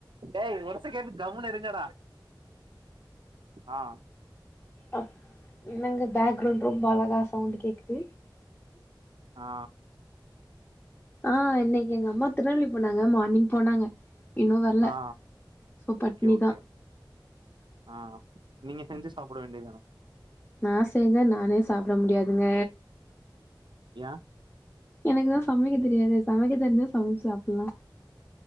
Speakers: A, on the right; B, on the left.
A: ஏய் ஒரு செகண்டு கம்னு இருங்கடா ஆ
B: அ என்னங்க பேக்ரவுண்ட் ரொம்ப அழகா சவுண்ட் கேக்குது
A: ஆ
B: ஆ இன்னைக்கு எங்க அம்மா திருநெவல்வேலி போனாங்க மார்னிங் போனாங்க இன்னும் வரலை
A: ஆ
B: ஸோ பட்னி
A: ஓகே ஓகே
B: தான்
A: ஆ நீங்க செஞ்சு சாப்ட வேண்டியதுதான
B: நா செஞ்ச நானே சாப்ட முடியாதுங்க
A: யா
B: எனக்குதான் சமைக்க தெரியாது சமைக்க தெரிஞ்சா சமைச்சு சாப்பிடலாம்